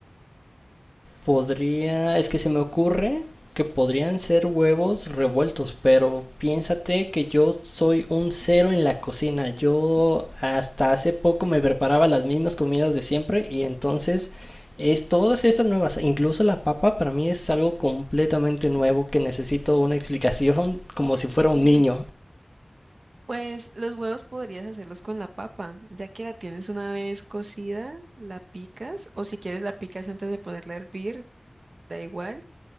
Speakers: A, on the left (about 15°); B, on the right (about 70°).
A: Podría, es que se me ocurre que podrían ser huevos revueltos, pero piénsate que yo soy un cero en la cocina. Yo hasta hace poco me preparaba las mismas comidas de siempre y entonces es todas estas nuevas, incluso la papa para mí es algo completamente nuevo que necesito una explicación <laughs> como si fuera
B: <laughs>
A: un niño.
B: pues los huevos podrías hacerlos con la papa, ya que la tienes una vez cocida, la picas, o si quieres la picas antes de ponerla a hervir, da igual.